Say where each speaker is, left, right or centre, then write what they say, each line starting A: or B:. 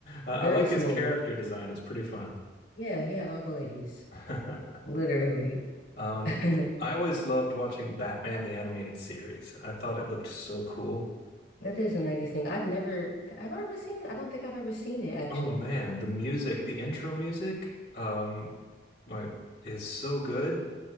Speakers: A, on the left; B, on the left.
A: Uh, I
B: Very
A: like
B: smooth.
A: his character design. It's pretty fun.
B: Yeah, he had all the ladies,
A: <laughs>
B: literally.
A: Um,
B: <laughs>
A: I always loved watching Batman the animated series. I thought it looked so cool.
B: That is a 90s thing. I've never, have I ever seen it? I don't think I've ever seen it, actually.
A: Oh man, the music, the intro music, um, like is so good.